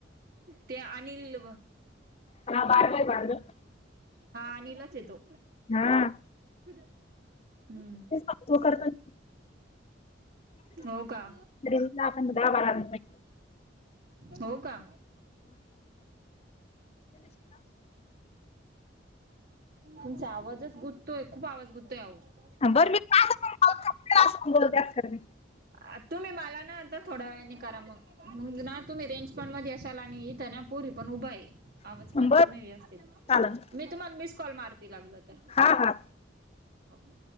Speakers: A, on the right; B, on the left.
A: ते अनिल व
B: क ना बारगं आहे बारगं.
A: हा अनिलच येतो.
B: हां.
A: कुदे हम्म,
B: तो करतो
A: हो का?
B: तरीला आपण दहा बारा रूपय
A: हो का? तुमचा आवाजच गुंततोय, खूप आवाज गुंततोय अहो.
B: बरं मी का <unintelligible> असं पण बोलत्या खरं मी.
A: आ तुम्ही मला ना आता थोड्या वेळानी करा मंग. मंग ना तुम्ही रेंज पण मध्ये असाल आणि इथं ना पुरी पण उभं आहे. आवाज
B: हा
A: पण
B: बरं
A: येत नाही व्यवस्थित
B: चालेल
A: मी तुम्हाला मिस कॉल मारते लागल तर.
B: हा हा.
A: होव.